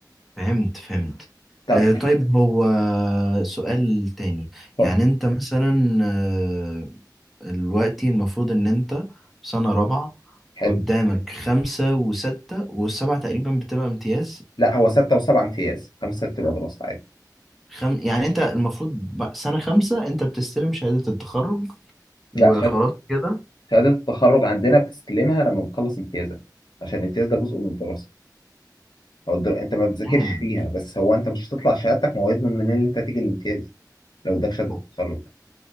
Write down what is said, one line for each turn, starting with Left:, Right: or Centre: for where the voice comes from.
Centre: فهمت فهمت
Left: طب
Centre: آه، طيب هو سؤال تاني
Left: اتفضل
Centre: يعني أنت مثلا آه، دلوقتي المفروض ان انت سنة رابعة
Left: حلو
Centre: قدامك خمسة وستة والسبعة تقريبا بتبقى امتياز
Left: لا هو ستة وسبعة امتياز خمسة بتبقى دراسة عادي
Centre: خم... يعني انت المفروض ب- سنة خمسة انت بتستلم شهادة التخرج وخلاص
Left: لا شهادة
Centre: كده
Left: شهادة التخرج عندنا بتستلمها لما بتخلص امتيازك عشان الامتياز ده جزء من الدراسة أو الدر... أنت ما بتذاكرش
Centre: تمام
Left: فيها بس هو أنت مش هتطلع شهادتك ما هو يضمن منين إن أنت تيجي الامتياز لو اداك شهادة التخرج
Centre: أوك-